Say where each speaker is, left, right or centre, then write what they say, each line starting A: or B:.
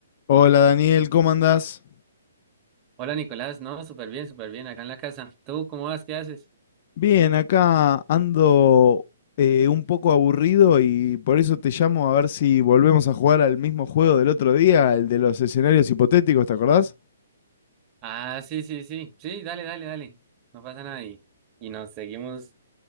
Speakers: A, on the left; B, on the right.
A: Hola Daniel, ¿cómo andás?
B: Hola Nicolás, no, súper bien, súper bien, acá en la casa. ¿Tú cómo vas? ¿Qué haces?
A: Bien, acá ando eh, un poco aburrido y por eso te llamo a ver si volvemos a jugar al mismo juego del otro día, el de los escenarios hipotéticos, ¿te acordás?
B: Ah, sí, sí, sí, sí, dale, dale, dale. No pasa nada y, y nos seguimos